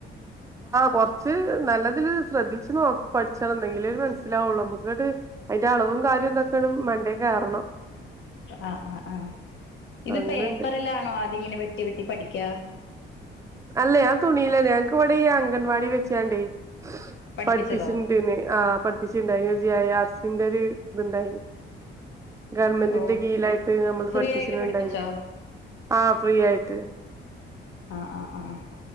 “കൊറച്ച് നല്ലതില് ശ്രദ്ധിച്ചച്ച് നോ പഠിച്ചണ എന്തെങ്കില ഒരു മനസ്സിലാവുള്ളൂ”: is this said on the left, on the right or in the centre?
Right